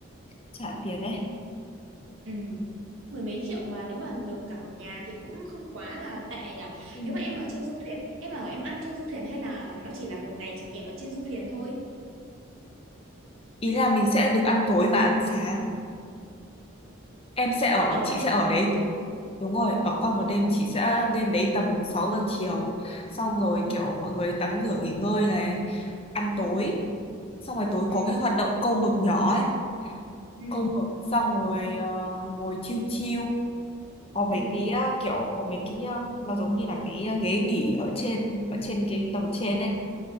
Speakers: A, on the left; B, on the right.
A: trả tiền ấy
B: Ừ. Mười mấy triệu mà nếu mà được cả một nhà thì cũng không quá là tệ nhỉ.
A: ừ.
B: Nếu mà em ở trên du thuyền, em ở em ăn trên du thuyền hay là nó chỉ là một ngày trải nghiệm ở trên du thuyền thôi?
A: ý là mình sẽ được ăn tối và ăn sáng em sẽ ở
B: Ở
A: chị
B: qua đây.
A: sẽ ở đấy Đúng rồi, ở qua một đêm chị sẽ lên đấy tầm sáu giờ chiều Xong rồi kiểu mọi người tắm rửa nghỉ ngơi này Ăn
B: Ừ.
A: tối Xong rồi tối
B: Ừ.
A: có cái hoạt động câu mực nhỏ ấy
B: Ừ.
A: Câu mực xong rồi ờ, ngồi chiêu chiêu Có mấy
B: Ừ.
A: cái ờ, kiểu có mấy cái ờ, nó giống như là cái ờ, ghế nghỉ ở trên ở trên cái tầng trên ấy